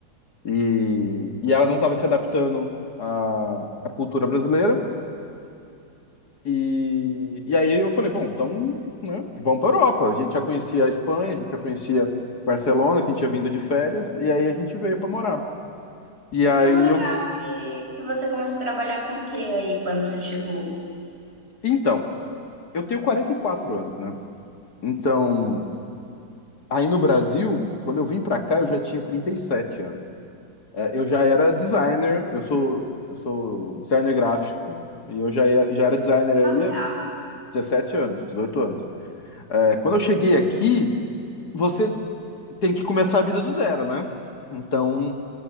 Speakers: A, on the left; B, on the right.
A: E, e ela não estava se adaptando à, à cultura brasileira. E, e aí eu falei, bom, então, né, vamos para a Europa. A gente já conhecia a Espanha, a gente já conhecia Barcelona, que a gente tinha vindo de férias, e aí a gente veio para morar. E aí
B: Não, legal.
A: eu.
B: E que você começou a trabalhar com o que aí quando você chegou?
A: Então, eu tenho 44 anos, né? Então. Aí no Brasil, quando eu vim pra cá, eu já tinha 37 anos. É, Eu já era designer, eu sou, eu sou designer gráfico, e eu já, ia- já era designer aí
B: Ah,
A: há
B: legal.
A: 17 anos, 18 anos. É, quando eu cheguei aqui, você tem que começar a vida do zero, né? Então,